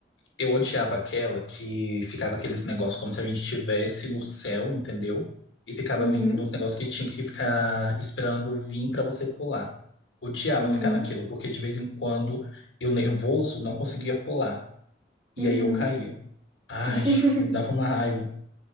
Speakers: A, on the left; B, on the right.
A: Eu odiava aquela que ficava aqueles negócios como se a gente estivesse no céu, entendeu? E ficava
B: Uhum,
A: vindo uns negócios que tinha que ficar esperando vir pra você pular. Odiava
B: uhum,
A: ficar naquilo, porque de vez em quando eu nervoso não conseguia pular. E
B: uhum.
A: aí eu caía. Ai,
B: <laughs>
A: me dava uma raiva.